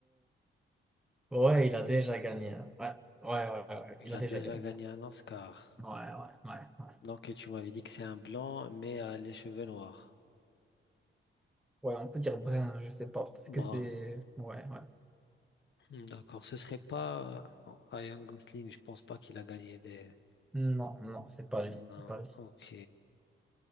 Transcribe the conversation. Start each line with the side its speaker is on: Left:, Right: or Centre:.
Centre: Ouais, il a déjà gagné. hein. Ouais, ouais, ouais, ouais, ouais,
Left: Il
Centre: il a
Left: a
Centre: déjà
Left: déjà
Centre: gagné.
Left: gagné un Oscar.
Centre: Ouais, ouais, ouais, ouais.
Left: Donc, et tu m'avais dit que c'est un blanc, mais euh, les cheveux noirs.
Centre: Ouais, on peut dire Brin, je sais pas. Peut-être
Left: Brun.
Centre: que c'est. Ouais, ouais.
Left: Hmm, D'accord. Ce serait pas euh, Ryan Gosling. Je pense pas qu'il a gagné des.
Centre: Non, non, c'est pas
Left: Non.
Centre: lui. C'est pas lui.
Left: Ok.